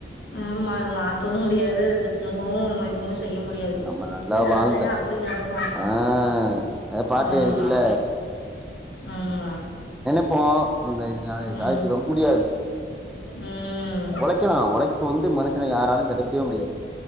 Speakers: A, on the left (about 65°); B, in the centre.
A: நேம்மாயாரு மாத்தவு முடியாது திரும்பவு நம்ம எதுவுமே செய்ய முடியாது
B: நம்ம நல்லா
A: இப்டி நடக்கலைனா
B: வாழ்ந்த
A: அப்டி நடக்கு
B: ஆ அந்த பாட்டு
A: ஆமா
B: இருக்குல்ல
A: ஆமா
B: ப்போ இல்ல இதுனால
A: ம்
B: சாதிச்சு ரொம்ப முடியாது
A: ம்
B: ஒழைக்கலா ஒழைப்பு வந்து மனுசன யாராலும் தடுக்கவே முடியாது